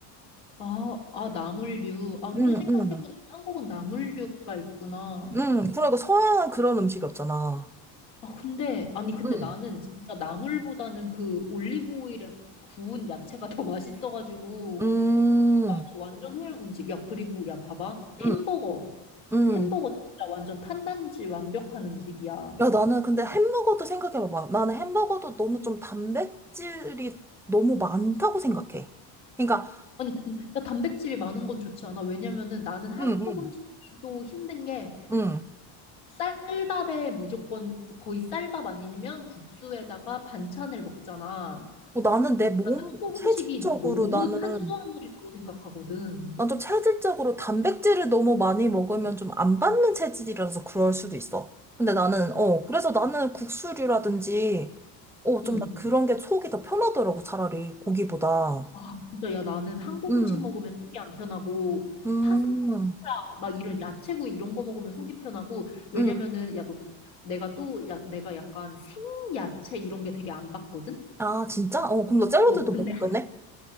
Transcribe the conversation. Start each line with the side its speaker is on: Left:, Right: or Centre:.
Left: 아, 아, 나물류. 아,
Centre: 응,
Left: 또 생각해보니까
Centre: 응,
Left: 한국은 나물류가 있구나.
Centre: 응. 그러니까 서양은 그런 음식이 없잖아.
Left: 아, 근데, 아니, 근데
Centre: 응.
Left: 나는 진짜 나물보다는 그 올리브 오일에 구운 야채가 더 <laughs> 맛있어가지고,
Centre: 음,
Left: 나 완전 서양 음식. 야, 그리고, 야, 봐봐. 햄버거.
Centre: 응, 응.
Left: 햄버거 진짜 완전 탄단지 완벽한 음식이야.
Centre: 야, 나는 근데 햄버거도 생각해봐봐. 나는 햄버거도 너무 좀 단백질이 너무 많다고 생각해. 그러니까,
Left: 아니, 단- 야, 단백질이 많은 건 좋지 않아? 왜냐면은 나는 한국
Centre: 응, 응.
Left: 음식이 또 힘든 게
Centre: 응
Left: 쌀밥에 무조건 거의 쌀밥 아니면 국수에다가 반찬을 먹잖아.
Centre: 어, 나는 내 몸,
Left: 나는 한국
Centre: 체질적으로
Left: 음식이 너무
Centre: 나는,
Left: 탄수화물이라고 생각하거든.
Centre: 난 좀 체질적으로 단백질을 너무 많이 먹으면 좀 안 받는 체질이라서 그럴 수도 있어. 근데 나는, 어, 그래서 나는 국수류라든지, 어, 좀나
Left: 응.
Centre: 그런 게 속이 더 편하더라고, 차라리, 고기보다.
Left: 아, 진짜 야 나는 한국
Centre: 응
Left: 음식 먹으면 속이 안 편하고
Centre: 음,
Left: 파스타 막 이런 야채구이 이런 거 먹으면 속이 편하고 왜냐면은
Centre: 응
Left: 야 너 내가 또 야 내가 약간 생야채 이런 게 되게 안 받거든.
Centre: 아, 진짜? 어, 그럼 너 샐러드도
Left: 어, 근데
Centre: 못 먹겠네?